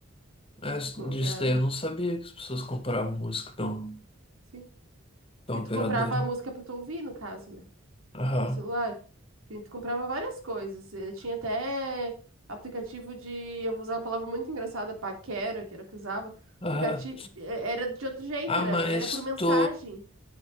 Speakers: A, on the left (about 25°); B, on the right (about 80°).
A: essa-
B: Tu comprava,
A: disso daí eu não sabia que as pessoas compravam música da um-
B: sim.
A: da
B: Porque
A: operadora.
B: tu comprava a música pra tu ouvir, no caso, né?
A: Aham,
B: Teu celular? Que a gente comprava várias coisas. Eh, Tinha até aplicativo de. Eu vou usar uma palavra muito engraçada, paquera, que era o que usava.
A: aham.
B: Aplicativo. eh, Era de outro jeito,
A: Ah,
B: era,
A: mas
B: era por mensagem.
A: tu,